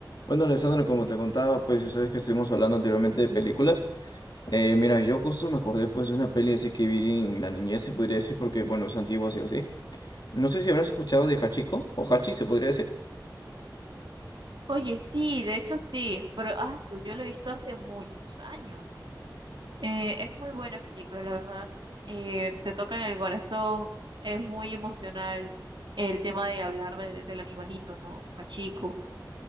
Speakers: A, on the left; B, on the right.
A: Bueno, Alessandro, como te contaba, pues sabes que estuvimos hablando anteriormente de películas. Eh, mira, yo justo me acordé pues de una peli así que vi en la niñez, se podría decir, porque bueno, es antigua así o así. No sé si habrás escuchado de Hachiko o Hachi, se podría decir.
B: Oye, sí, de hecho sí, pero ah, su- yo lo he visto hace muchos años. Eh, es muy buena película, la verdad. Eh, te toca en el corazón, es muy emocional el tema de hablar de- del animalito, ¿no? Hachiko.